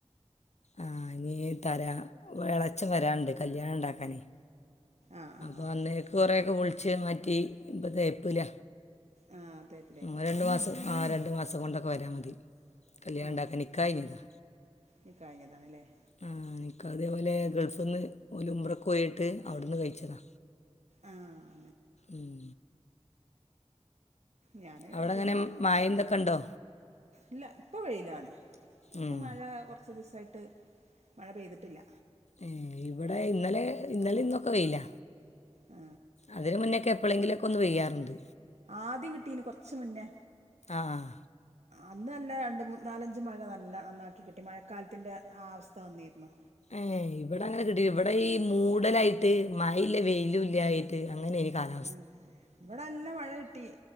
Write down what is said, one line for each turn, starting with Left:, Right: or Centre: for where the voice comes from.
Left: ആഹ് ഞ്ഞ്.. തരാ. വ് എളച്ചൻ വരാണ്ട് കല്ല്യാണണ്ടാക്കാനേയ്
Right: ആഹ് ആഹ്
Left: വന്നേക് കൊറേഒക്കെ പൊൾച്ച് മാറ്റി ഇപ്പ തേപ്പ്‌ല
Right: ആ തേപ്പിലേക്കാറല്ലേ
Left: ഉം രണ്ടു മാസം ആ രണ്ടു മാസം കൊണ്ടക് ക്കവരാം മതി, കല്യാണണ്ടാക്കാൻ
Right: ആ
Left: നിക്കാഹയ്ഞ്ഞതാ
Right: ഇനി കഴിഞ്ഞതാണല്ലേ
Left: ആഹ് നിക്കാഹ്‌ തേപോലെ ഗൾഫ്ന്ന് ഓലുമ്റക്കോയിട്ട് അവ്ടുന്ന് കയ്ച്ചതാ
Right: ആഹ്
Left: ഉം
Right: ഞാന്
Left: അവിടെ
Right: പിന്ന..
Left: എങ്ങനെ മഴ എന്തൊക്കെ ഉണ്ടോ
Right: ഇല്ല ഇപ്പൊ വെയിലാണ്,
Left: ഉം.
Right: പ്പൊ മഴ കൊർച് ദിവസായിട്ട് മഴ പെയ്ത്ട്ട്ല്ല
Left: ഏഹ് ഇവടെ ഇന്നലേ ഇന്നലിന്നൊക്കെ വെയില
Right: ആ.
Left: അതിന് മുന്നൊക്കെ എപ്പെളേങ്കിലക്കൊന്ന് പെയ്യാറുണ്ട്
Right: ആദ്യം കിട്ടീന് കൊർച്ച് മുന്നേ
Left: ആഹ്
Right: അന്ന് നല്ല രണ്ട് മൂ നാലഞ്ച് മഴ നല്ല നന്നാക്കി കിട്ടി. മഴക്കാലത്തിന്റെ ആ അവസ്ഥ വന്നീര്ന്നു
Left: ഏഹ് ഇവടങ്ങനെ കിട്ടിടി. വടെ ഈ മൂടലായിട്ട് മയില്ല വെയിലുല്യായി ട്ട് അങ്ങനേനി കാലം
Right: ഏഹ് വടല്ല മഴ കിട്ടി.